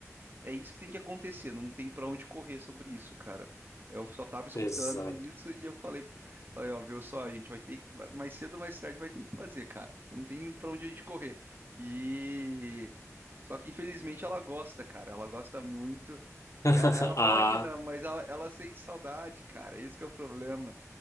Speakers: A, on the right; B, on the left.
A: é isso que tem que acontecer, não tem pra onde correr sobre isso, cara. Eu só tava escutando
B: Exato.
A: isso e eu falei, falei, ó, viu só, a gente vai ter que, vai- mais cedo ou mais tarde vai ter que fazer, cara. Não tem pra onde a gente correr. E só que infelizmente ela gosta, cara. Ela gosta muito.
B: <laughs>
A: E a- Ela fala
B: Ah,
A: que não, mas ela, ela sente saudade, cara. Esse que é o problema.